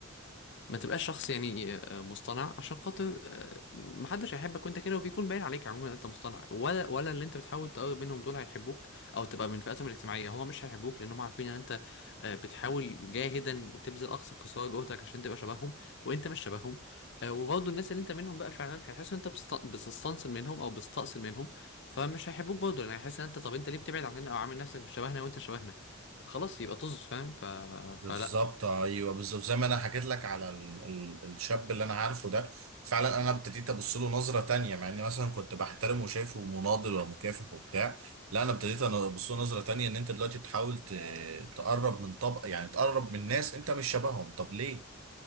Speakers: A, on the left; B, on the right.
A: ما تبقاش شخص يعني آه، مصطنع عشان خاطر آه، محدش هيحبك وانت كده وبيكون باين عليك عموما ان انت مصطنع ولا ولا اللي انت بتحاول تقرب منهم دول هيحبوك او تبقى من فئاتهم الاجتماعيه هما مش هيحبوك لان هما عارفين ان انت آه، بتحاول جاهدا تبذل اقصى قصارى جهدك عشان تبقى شبههم وانت مش شبههم آه، وبرضه الناس اللي انت منهم بقى فعلا هيحسوا ان انت بتست- بتستنصل منهم او بتستأصل منهم فمش هيحبوك برضه لان هيحس ان انت طب انت ليه بتبعد عننا او عامل نفسك مش شبهنا وانت شبهنا خلاص يبقى طز فاهم ف...
B: بالظبط
A: فلا
B: ايوه بالظبط زي ما انا حكيت لك على ال ال الشاب اللي انا عارفه ده فعلا انا ابتديت ابص له نظره تانية مع اني مثلا كنت بحترمه وشايفه مناضل ومكافح وبتاع لا انا ابتديت انا ابص له نظره تانية ان انت دلوقتي تحاول ت- تقرب من طبقه يعني تقرب من ناس انت مش شبههم طب ليه؟